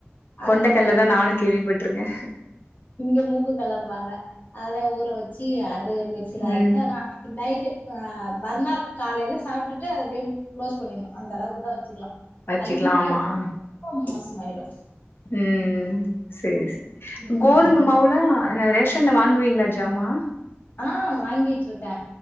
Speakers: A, on the left; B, on the left.
A: கொண்டக்கல்ல
B: அந்த கல்ல
A: தா நானு கேள்விப்பட்ருக்கே
B: இங்க மூக்கு கல்லம்பாங்க அத ஊற வச்சு அது மிக்சில
A: ம்
B: ஆச்சு ஆனா நைட்டு அ மறுநாள் காலையில சாப்ட்டுட்டு அ அப்டே குளோஸ் பண்ணிணு அந்த அளவுக்கு தா வச்சுக்லாம்
A: வச்சுக்கலா
B: அதுக்கு மேல
A: ஆமா ஆ
B: ரொம்ப மோசம் ஆயிடு
A: ம் ம் செரி செ
B: ம்
A: கோதும மாவுல ஆனா ரேஷன்ல வாங்குவீங்ளா ஜாமா
B: ஆ வாங்கிட்ருக்க